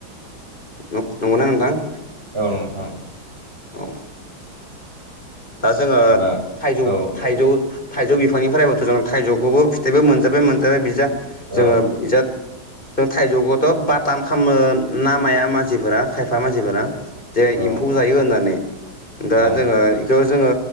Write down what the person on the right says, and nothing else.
औ नोंथां
बा
औ
औ
औ
औ